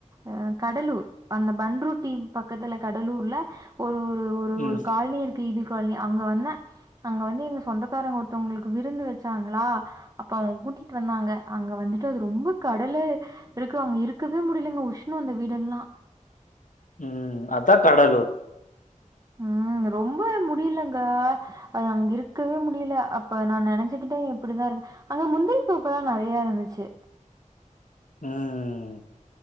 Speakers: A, on the right; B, on the left.
A: அ கடலூர் அந்த பண்ருட்டி பக்கத்துல கடலூர்ல ஒரு ஒரு
B: ம்.
A: ஒரு காலனி இருக் டிபி கால்னி அங்க வந்த அங்க வந்து எங்க சொந்த த்தாரோ ஒருத்தவங்களுக் விரு ருந்து வச்சாங்களா அப்ப அவங்க கூடிட்டு வந்தாங்க அங்க வந்துட்டு அது ரொம்ப கடலு யிருக்கு அவங்க இருக்வே முடியலிங்க உஷ்ண அந்த வீடெல்லா
B: ம் அத்தா கடலூர்
A: ம் ரொம்ப முடியலங்க அது அங்க இருக்வே முடில அப்ப நா நினச்சிக்கிடே எப்டிதா யிருக்க அங்க முந்திரிக்தோபல்லா நெறய இருந்துச்சி
B: ம்